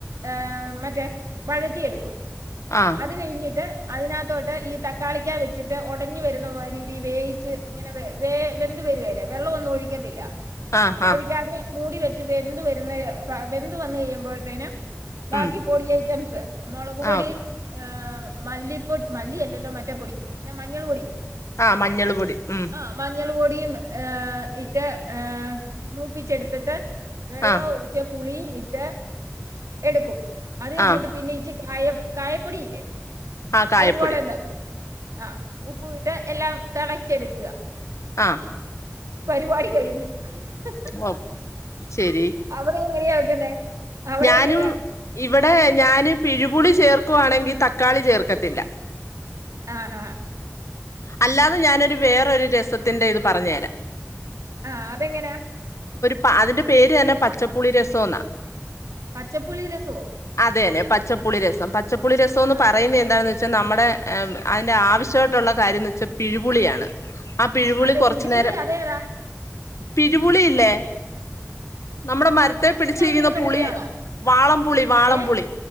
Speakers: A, on the right; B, on the left.
A: ഏ മറ്റെ വഴറ്റിയട്ക്കും
B: ആ
A: അത് കയിഞ്ഞിട്ട് അതിനാത്തോട്ട് ഈ തക്കാളിക്ക വെച്ചിട്ട് ഒടഞ്ഞ് വരുന്ന മാ രീതി വേയിച്ച് ഇങ്ങനെ വെ വേ വെന്ത് വെരുവേലെ വെള്ളൊ ഒന്നു ഒഴിക്കത്തില്ല
B: ആ ആ
A: ഒഴിക്കാതിനെ മൂടി വെച്ച് വെന്ത് വരുന്നരെ പ വെന്ത് വന്ന് കഴിയുമ്പോഴത്തേനും ബാക്കി
B: ഉം
A: പൊടി ഐറ്റംസ് മൊളക് പൊടിയും
B: ആ
A: ഏ മല്ലിപ്പൊടി മല്ലിയെല്ലല്ലോ മറ്റേ പൊടി ന്നെ മഞ്ഞള് പൊടി
B: ആ മഞ്ഞള് പൊടി മ്
A: ആ മഞ്ഞള് പൊടിയും ഏ ഇട്ട് ഏ മൂപ്പിച്ചെട്ത്തിട്ട് വെള്ളൊം
B: ആ
A: ഒഴിച്ച് പുളിയും ഇട്ട് എടുക്കും അത് കഴിഞ്ഞിട്ട്
B: ആ
A: പിന്നെ ഇച്ച് കായ കായപ്പൊടില്ലേ
B: ആ കായപ്പൊടി
A: അതു കൂടെ തട്ടും ആ ഉപ്പുംട്ട് എല്ലാം തെളച്ചെട്ക്കാ
B: ആ
A: പരിപാടി കഴിഞ്ഞു ഹേ
B: ഒ ശെരി
A: അവ്ടെ എങ്ങനെയാ വെക്ക്ന്നെ അവിടെ
B: ഞാനും
A: എങ്ങനെയാ
B: ഇവിടെ ഞാന് പിഴുപുളി ചേർക്കുവാണെങ്കിൽ തക്കാളി ചേർക്കത്തില്ല
A: ആ ഹാ
B: അല്ലാതെ ഞാനൊരു വേറൊരു രസത്തിന്റെ ഇത് പറഞ്ഞരാം
A: ആ അതെങ്ങെനാ
B: പ അതിന്റെ പേരെന്നെ പച്ചപ്പുളി രസോന്നാ
A: പച്ചപ്പുള്ളി രസവൊ
B: അതന്നെ പച്ചപ്പുളി രസം പച്ചപ്പുളി രസംന്ന്
A: ആഹ്
B: പറയുന്നതെന്താണെന്ന് വെ ച്ച് നമ്മെടെ ഏ അയിൻ്റെ ആവിശ്യായിട്ടുള്ള കാര്യംന്ന്ച്ചാൽ പിഴുപുളിയാണ് ആ പിഴുപുളി
A: അതെ
B: കൊറച്ച്
A: പിരിപുളി
B: നേരം
A: അതേതാ
B: പിഴുപുളിയില്ലേ നമ്മെടെ മരത്തെ
A: മീനിനകത്ത്
B: പിടിച്ചീക്കുന്ന
A: ഇടുന്ന
B: പുളി
A: പുളിയാണോ
B: വാളംപുളി വാളംപുളി
A: ഏ